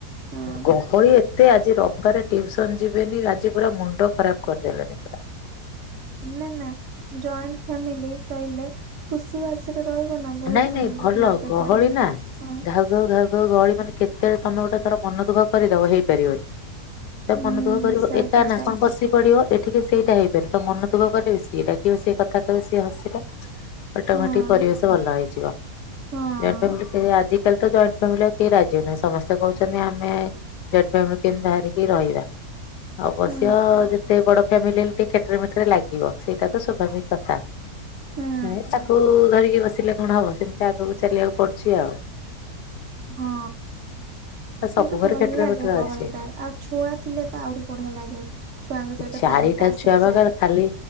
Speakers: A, on the right; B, on the left.
A: ହଁ
B: ଗହଳି ଏତେ ଆଜି ରବିବାରେ ଟିଉସନ ଯିବେନି ଆଜି ପୁରା ମୁଣ୍ଡ ଖରାପ କରିଦେଲେଣି ପା।
A: ନା ନା ଜଏଣ୍ଟ ଫ୍ୟାମିଲି କହିଲେ। ଖୁସି ବାସିରେ ରହିବ ନା ବହୁତ
B: ନାଇଁ
A: ସୁନ୍ଦର
B: ନାଇଁ ଭଲ
A: ଲାଗେ
B: ଗହଳି
A: ପରିବେଶ
B: ନା
A: ହଁ।
B: ଘାଉ ଘାଉ ଘାଉ ଗହଳି ମାନେ କେତେବେଳେ ତମେ ଗୋଟେ ଧର ମନ ଦୁଖ କରିଦବ ହେଇପାରିବନି।
A: ହୁଁ
B: ମନ ଦୁଃଖ କରିବ
A: ସେଇଟା
B: ଏକା ନା
A: ତ
B: କଣ ବସିି ପଡିବ ଏ ଟିକେ ସେଇଟା ହେଇପାରନି ତମେ ମନ ଦୁଖ କରିବ ସିଏ ଡାକିବା ସିଏ କଥା କିିହିବ ସିଏ ହସିଲା। ଅଟାମୋଟେକି
A: ହଁ।
B: ପରିବେଶ ଭଲ ହେଇଯିବ
A: ହଁ
B: ଜଏଣ୍ଟ ଫେମିଲି କେହି ଆଜ କାଲି ତ ଜଏଣ୍ଟ ଫାମିଲ କିଏ ରାଜି ହେଉନାହାନ୍ତି ସମସ୍ତେ କହୁଛନ୍ତି ଆମେ ଜଏଣ୍ଟ ଫାମିଲ ରୁ କେମତି ବାହାରିକି ରହିବା। ଅବଶ୍ୟ
A: ହୁଁ
B: ଯେତେ ବଡ ଫ୍ୟାମିଲି ହେଲେ ଟିକେ ଖେଟରେ ମେଟରେ ଲାଗିବ ସେଇଟା ତ ସ୍ୱାଭାବିକ କଥା।
A: ହୁଁ।
B: ନାଇଁ ତାକୁ ଧରିକି ବସିଲେ କଣ ହବ ସେମିତି ଆଗକୁ ଚାଲିବାକୁ ପଡୁଛି ଆଉ।
A: ହଁ।
B: ସବୁ
A: କିନ୍ତୁ ଭଲ
B: ଘରେ ଖେଟରେ
A: ଲାଗେ
B: ମେଟରେ
A: ଗହଳି
B: ଅଛି
A: ଟା ଆଉ ଛୁଆ ଥିଲେ ତ ଆହୁରି ବଢିଆ ଲାଗେ। ଛୁଆଙ୍କ ସହିତ
B: ଚାରିଟା
A: ଟାଇମ ପାସ୍
B: ଛୁଆ
A: ହେଇଯାଏ
B: ବା ଘର ଖାଲି।